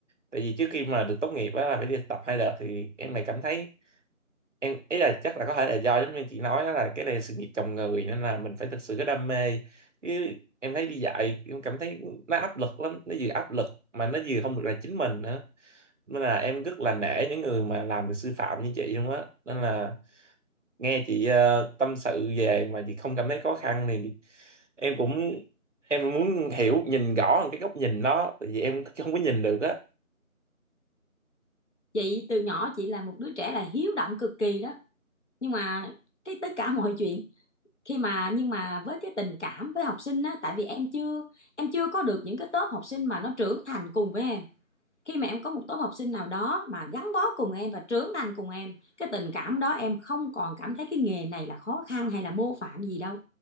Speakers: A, on the right; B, on the left.
A: tại vì trước khi mà được tốt nghiệp á là phải đi thực tập hai đợt thì em lại cảm thấy em ý là chắc là có thể là do giống như chị nói á là cái này là sự nghiệp chồng người nên là mình phải thực sự có đam mê chứ em thấy đi dạy em cảm thấy nó áp lực lắm nó vừa áp lực mà nó vừa không được là chính mình nữa nên là em rất là nể những người mà làm được sư phạm như chị luôn á nên là nghe chị ờ, tâm sự về mà chị không cảm thấy khó khăn thì em cũng em muốn hiểu nhìn rõ hơn cái góc nhìn nó tại vì em không có nhìn được á
B: Chị từ nhỏ chị là một đứa trẻ là hiếu động cực kỳ đó, nhưng mà cái tất cả mọi chuyện khi mà nhưng mà với cái tình cảm với học sinh á tại vì em chưa em chưa có được những cái tốp học sinh mà nó trưởng thành cùng với em khi mà em có một tốp học sinh nào đó mà gắn bó cùng em và trưởng thành cùng em cái tình cảm đó em không còn cảm thấy cái nghề này là khó khăn hay là mô phạm gì đâu